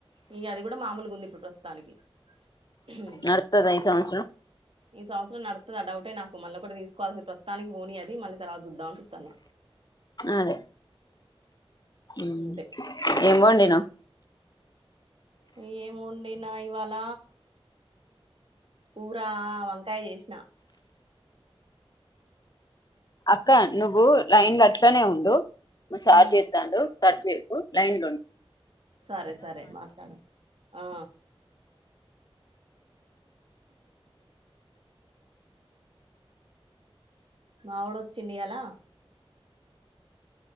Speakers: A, on the right; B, on the left.
A: ఇగ అది కూడా మామూలుగా ఉంది ఇప్పుడు ప్రస్తుతానికి హు
B: నడుతదా ఈ సంవత్సరం
A: ఈ సంవత్సరం నడుత్తదని డౌటే నాకు మల్లొకటి తీస్ కోవాల్సి ప్రస్తుతానికి పోనీ అది మళ్ళీ తర్వాత చూద్దామని చుత్తన్న
B: అదే ఉ
A: అంతే
B: ఏం వండినవు
A: ఏం వండినా ఇవాళ కూర వంకాయ చేసిన
B: అక్క నువ్వు లైన్ లో అట్లనే ఉండు మా సార్
A: ఉమ్
B: చేత్తండు కట్ చేయకు లైన్ లో ఉండు
A: సరే సరే మాట్లాడు ఆ మావిడు వచ్చిండు ఇయల